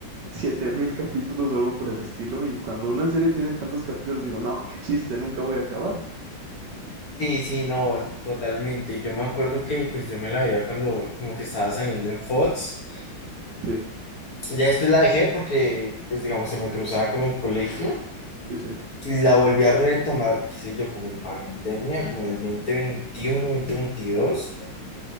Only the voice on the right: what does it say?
siete mil capítulos o algo por el estilo. Y cuando una serie tiene tantos capítulos, digo, no, qué chiste, nunca voy a acabar.
Sí,
sí, sí,